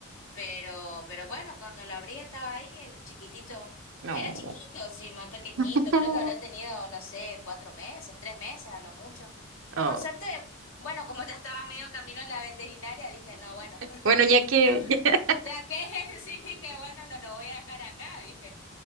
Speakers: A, on the left; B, on the right.
A: Pero, pero bueno, cuando lo abrí estaba ahí el chiquitito.
B: No.
A: Era chiquito, sí, más pequeñito.
B: <laughs>
A: Creo que habrá tenido, no sé, cuatro meses, tres meses a lo mucho.
B: Oh.
A: Por suerte, bueno, como ya estaba medio camino en la veterinaria, dije, no, bueno, <laughs>
B: Bueno, ya que...
A: no,
B: <laughs>
A: ya que <laughs> sí, dije, bueno, no lo voy a dejar acá, dije.